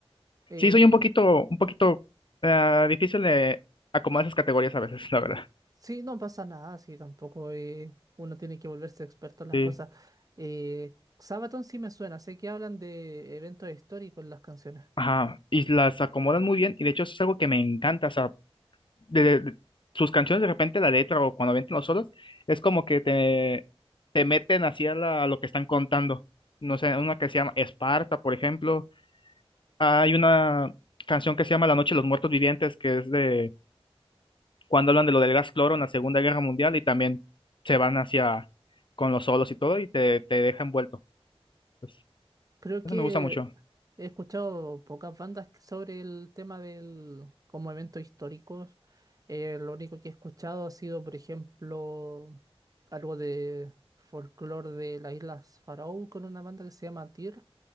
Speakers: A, on the right; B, on the left.
A: Eh,
B: Sí, soy un poquito, un poquito ah, difícil de acomodar esas categorías a veces, la verdad.
A: Sí, no pasa nada, sí, tampoco eh, uno tiene que volverse experto en las
B: Sí,
A: cosas. Eh, Sabaton sí me suena, sé que hablan de eventos históricos en las canciones.
B: ajá, y las acomodan muy bien, y de hecho, eso es algo que me encanta, o sea, de, de- de- sus canciones de repente, la letra o cuando avientan los solos, es como que te, te meten hacia la, a lo que están contando. No sé, una que se llama Esparta, por ejemplo. Hay una canción que se llama La Noche de los Muertos Vivientes, que es de cuando hablan de lo del gas cloro en la Segunda Guerra Mundial y también se van hacia con los solos y todo y te, te deja envuelto. Pues,
A: Creo
B: eso
A: que
B: me gusta mucho.
A: he escuchado pocas bandas que- sobre el tema del como eventos históricos. Eh, lo único que he escuchado ha sido, por ejemplo, algo de folclore de las Islas Faroe con una banda que se llama Tyr,